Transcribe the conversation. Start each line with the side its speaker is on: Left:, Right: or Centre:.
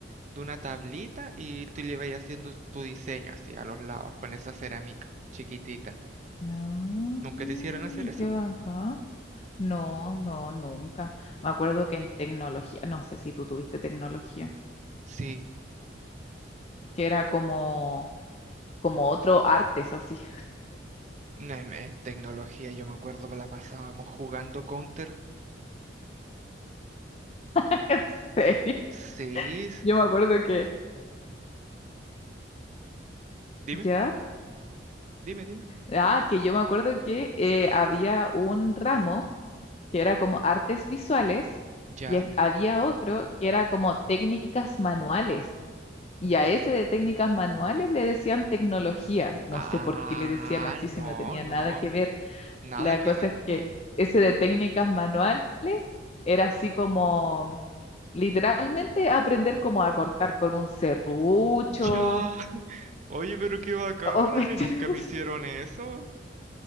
Right: de una tablita y tú le vas haciendo tu diseño así a los lados con esa cerámica chiquitita.
Left: No,
Right: ¿Nunca te hicieron hacer eso?
Left: qué bacán. No, no, nunca. Me acuerdo que en tecnología, no sé si tú tuviste tecnología,
Right: Sí,
Left: que era como, como otro artes así.
Right: no, en, en tecnología yo me acuerdo que la pasábamos jugando Counter.
Left: <laughs> En serio.
Right: Sí, s-
Left: Yo me acuerdo que,
Right: dime,
Left: ¿ya?
Right: dime, dime.
Left: Ah, que yo me acuerdo que eh, había un ramo que era como artes visuales
Right: ¿Ya?
Left: y est- había otro que era como técnicas manuales. Y a ese de técnicas manuales le decían tecnología. No
Right: Ah,
Left: sé por qué le decían así
Right: no,
Left: si no tenía
Right: no,
Left: nada que ver.
Right: nada
Left: La
Right: que
Left: cosa
Right: ver,
Left: es
Right: po.
Left: que ese de técnicas manuales era así como literalmente aprender cómo a cortar con un serrucho
Right: Ya. <laughs> Oye, pero qué bacán,
Left: o cuestiones.
Right: a mí nunca me hicieron eso.